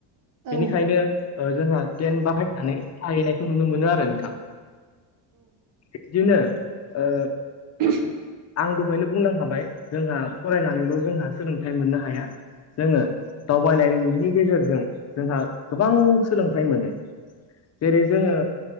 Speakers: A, on the right; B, on the left.
A: औ
B: बेनिखायनो जोंहा टेन्ट बाहायनानै थाहैनायखौ नुनो मोनो आरो नोंथां बिदिनो आ
A: ए <inaudible>
B: आं दहायनो बुंलांखाबाय जोंहा फरायनानैल' जोंहा सोलोंथाइ मोननो हाया। जोंङो दावबायनायनि गेजेरजों जोंहा गोबां सोलोंथाइ मोनो। जेरै जोंङो